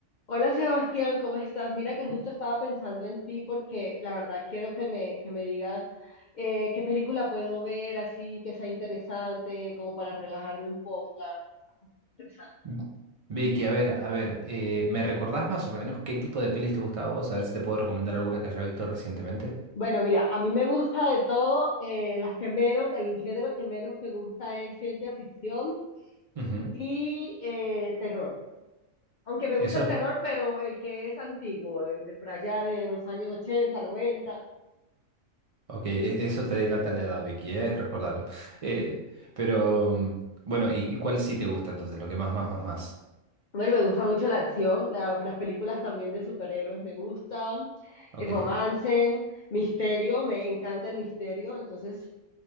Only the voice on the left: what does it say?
Hola Sebastián, ¿cómo estás? Mira que justo estaba pensando en ti porque la verdad quiero que me, que me digas eh, qué película puedo ver así que sea interesante, como para relajarme un poco. la verdad, estresada.
Bueno, mira, a mí me gusta de todo, eh, las que menos, el género que menos me gusta es ciencia ficción
y eh, terror. Aunque me gusta
el terror, pero el que es antiguo, el de por allá de los años 80, 90.
Bueno, me gusta mucho la acción, la- las películas también de superhéroes me gustan,
el romance, misterio, me encanta el misterio, entonces